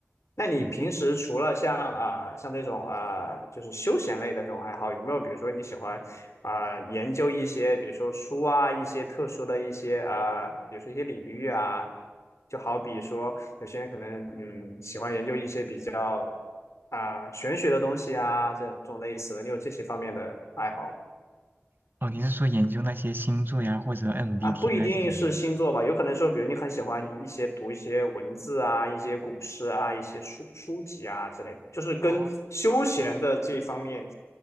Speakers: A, on the left (about 75°); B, on the right (about 45°).
A: 那你平时除了像啊、
B: 嗯，
A: 像这种啊、就是休闲类的这种爱好，有没有比如说你喜欢啊、研究一些比如说书啊一些特殊的一些啊、比如说一些领域啊，就好比说有些人可能嗯喜欢研究一些比较啊、玄学的东西啊这种类似的，你有这些方面的爱好吗
B: 哦，你是说研究那些星座呀，或者 MBTI
A: 啊，不一定是星座吧，
B: 这种吗？
A: 有可能说，比如你很喜欢一一些读一些文字啊，一些古诗啊，一些书书籍啊之类的就是跟休闲的这一方面，
B: 哦，